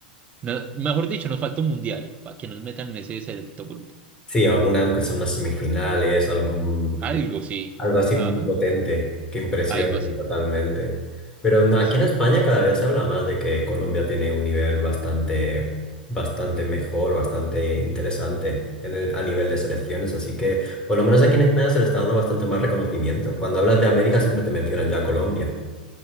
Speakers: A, on the right; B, on the left.
A: No- mejor dicho, nos falta un mundial para que nos metan en ese selecto grupo.
B: Sí, alguna, aunque sea unas semifinales, algún,
A: Algo sí,
B: algo así
A: ajá,
B: muy potente, que impresiona
A: algo así.
B: totalmente. Pero no,
A: Es-
B: aquí en España cada vez se habla más de que Colombia tiene un nivel bastante, bastante mejor, bastante interesante en el- a nivel de selecciones. Así que por lo menos aquí en España se le está dando bastante más reconocimiento. Cuando hablas de América siempre te mencionan ya a Colombia.